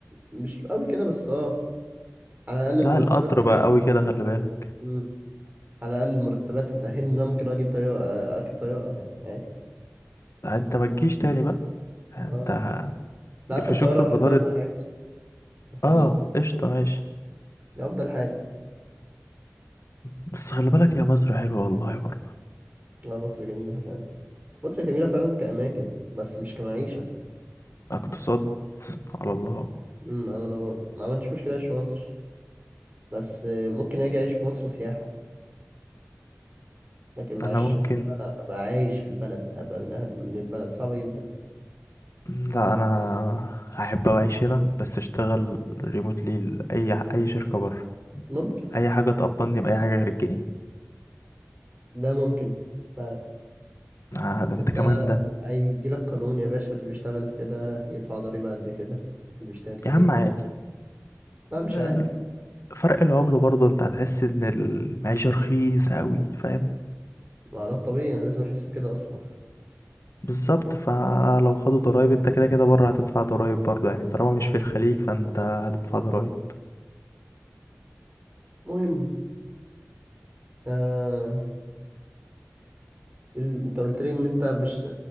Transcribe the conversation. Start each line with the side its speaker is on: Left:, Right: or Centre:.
Right: مش قوي كده بس أه على الأقل المرتبات
Left: لا القطر
Right: هناك
Left: بقى أوي كده خلي بالك
Right: مم. على الأقل المرتبات هتأهلني إن أنا ممكن أجيب طيارة أركب طيارة يعني عادي
Left: لا، أنت ما تجيش تاني بقى أنت
Right: أه لا أركب
Left: يقفشوك
Right: طيارة
Left: في
Right: أروح
Left: المطار
Right: الدولة اللي أنا عايزها أنت فاهم
Left: اه
Right: قصدي؟
Left: قشطة ماشي
Right: دي أفضل حاجة
Left: بس خلي بالك يا مصر حلوة والله برضه
Right: لا مصر جميلة فعلا مصر جميلة فعلا كأماكن بس مش كمعيشة
Left: اقتصاد على الله
Right: أمم، أنا أنا ما عملتش مشكلة أعيش في مصر بس آه، ممكن أجي أعيش في مصر سياحة لكن معش
Left: أنا ممكن
Right: إن أنا أبقى عايش في البلد أبقى من أهل من البلد صعبة جدا
Left: لا انا هحب اعيش هنا بس اشتغل ريموتلي لاي اي شركه بره
Right: ممكن
Left: اي حاجه تقبضني باي حاجه غير الجنيه
Right: ده ممكن فعلا
Left: آه
Right: بس
Left: ده انت
Right: أنت
Left: كمان ده
Right: هيجيلك قانون يا باشا اللي بيشتغل كده يدفع ضريبة قد كده اللي بيشتغل كده
Left: يا عم
Right: يدفع
Left: عادي
Right: لا مش
Left: ال-
Right: عادي
Left: فرق العمله برضه انت هتحس ان المعيشه رخيصه قوي فاهم
Right: ما ده الطبيعي أنا لازم أحس بكده أصلا
Left: بالظبط فلو خدوا ضرايب انت كده كده بره هتدفع ضرايب برضه يعني طالما مش في الخليج فانت هتدفع ضرايب
Right: مهم آه... ال... أنت قلت لي إن أنت مش